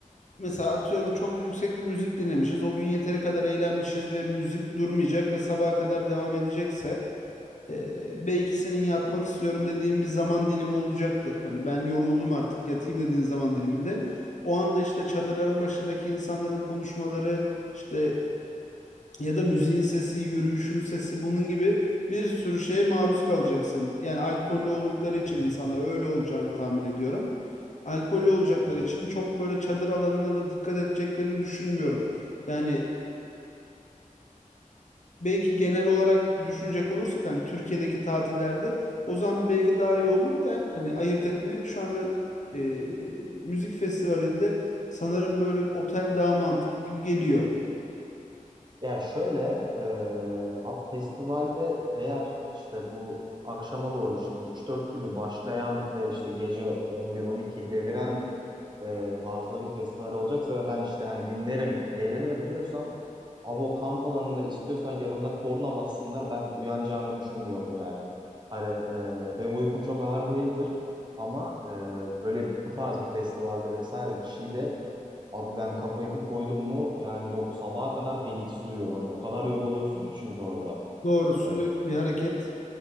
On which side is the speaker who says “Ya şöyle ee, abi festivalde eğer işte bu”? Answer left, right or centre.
Right